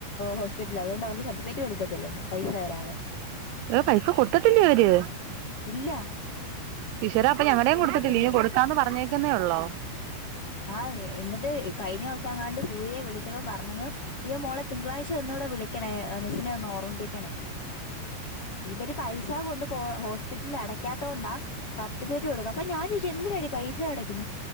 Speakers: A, on the left; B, on the right.
A: ഹോസ്പിറ്റിൽ അതുകൊണ്ട് അവൾക്ക് സർട്ടിഫിക്കറ്റ് കൊടുക്ക ക്കത്തില്ലെന്ന് പൈസ തരാതെ.
B: ഏഹ് പൈസ കൊടുത്ത്ട്ടില്ലെ അവര്.
A: ഇല്ല
B: ഈശ്വരാ അപ്പൊ ഞങ്ങടേയും
A: കൊടുത്തിട്ടില്ലന്ന്
B: കൊടുത്തിട്ടില്ലേ. ഇനി കൊടുക്കാന്ന് പറഞ്ഞേക്കുന്നേ ഉള്ളോ?
A: ആഹ് എന്നിട്ട് കഴിഞ്ഞോസം അങ്ങാണ്ട് സൂര്യെ വിളിച്ചപ്പം പറഞ്ഞന്ന്. അയ്യോ മോളെ തിങ്കളാഴ്ച്ച ഒന്നൂടെ വിളിക്കണേ മിസ്സിനെ ഒന്ന് ഓർമ്മിപ്പിക്കണേന്ന്.
B: ആഹ്
A: ഇവര് പൈസ കൊണ്ട് ഹോസ്പിറ്റലിൽ അടക്കാത്തോണ്ടാ സർട്ടിഫിക്കറ്റ് കൊടുക്കും അപ്പൊ ഞാൻ ചോയ്ച്ച എന്തിനാടി പൈസ അടക്കുന്നേ